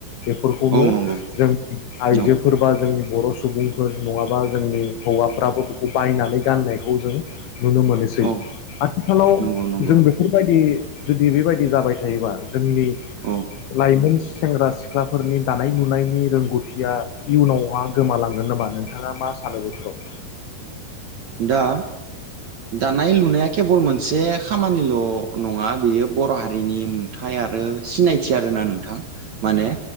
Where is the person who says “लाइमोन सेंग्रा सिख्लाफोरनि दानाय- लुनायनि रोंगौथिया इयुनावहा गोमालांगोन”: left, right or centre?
Left